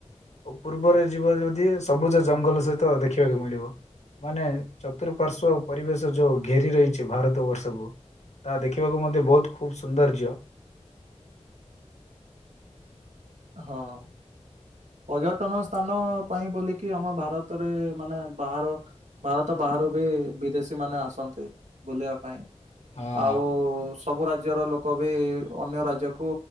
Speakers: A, on the left (about 75°); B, on the right (about 85°).
A: ଓ ପୂର୍ବରେ ଯିବ ଯଦି ସବୁଜ ଜଙ୍ଗଲ ସହିତ ଦେଖିବାକୁ ମିଳିବ। ମାନେ ଚତୁଃପାର୍ଶ୍ଵ ପରିବେଶ ଯୋଉ ଘେରି ରହିଛି ଭାରତ ବର୍ଷକୁ ତାହା ଦେଖିବାକୁ ମଧ୍ୟ ବହୁତ ଖୁବ ସୌନ୍ଦର୍ଯ୍ୟ
B: ହଁ ପର୍ଯ୍ୟଟନ ସ୍ଥାନ ପାଇଁ ବୋଲିକି ଆମ ଭାରତରେ ମାନେ ବାହାର ଭାରତ ବାହାରୁ ବି ବିଦେଶୀ ମାନେ ଆସନ୍ତି ବୁଲିବା ପାଇଁ।
A: ହଁ।
B: ଆଉ ସବୁ ରାଜ୍ୟର ଲୋକ ବି ଅନ୍ୟ ରାଜ୍ୟକୁ